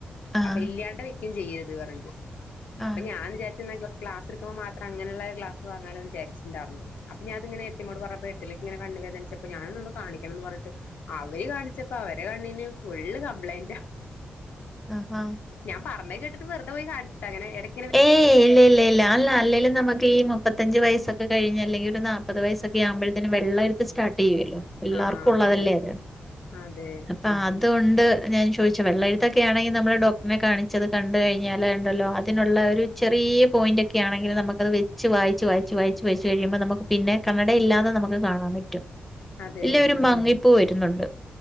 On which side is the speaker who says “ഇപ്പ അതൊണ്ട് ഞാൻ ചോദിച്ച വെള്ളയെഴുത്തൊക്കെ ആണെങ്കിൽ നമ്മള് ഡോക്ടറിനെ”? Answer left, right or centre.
Centre